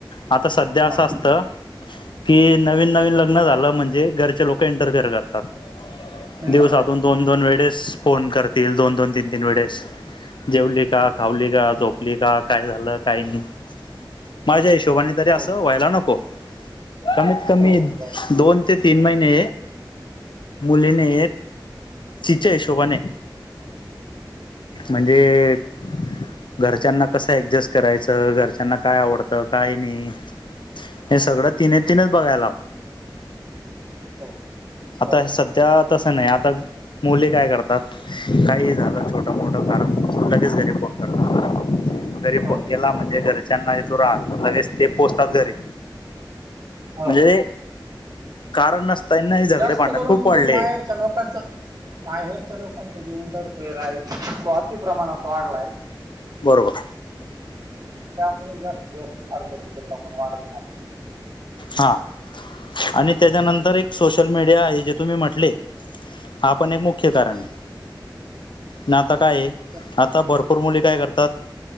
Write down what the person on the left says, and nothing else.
आता सध्या असं
असतं कि नवीन नवीन लग्न झालं म्हणजे घरचे लोकं इंटरफेअर करतात.
दिवसातून दोन-दोन
वेळेस फोन करतील दोन-दोन, तीन-तीन वेळेस. जेवली का
खावली का झोपली का काय झालं काही नाही. माझ्या हिशोबाने तरी असं
व्हायला नको कमीत कमी
दोन. ते तीन महिने मुलीने तीच्या हीशोबाने म्हणजे घरच्यांना कसं ऍडजेस्ट करायचं घरच्यांना काय आवडतं काय नाही. हे सगळं तिने तीनच बघायला हवं.
आता
हे सध त्या तसं नाही आता मुली काय करतात काही झालं छोटं मोठं कारण लगेच घरी फोन करतात. घरी
फोन केला म्हणजे घरच्यांना येतो राग लगेच ते पोहोचतात घरी.
म्हणजे कारण नसता ना हि झगडे
भांडण
खूप वाढले.
बरोबर.
हा आणि त्याच्यानंतर एक सोशल मीडिया आहे जे तुम्ही म्हटले‌. हा पण एक मुख्य कारण आहे नाता काये
आता भरपूर मुली काय करतात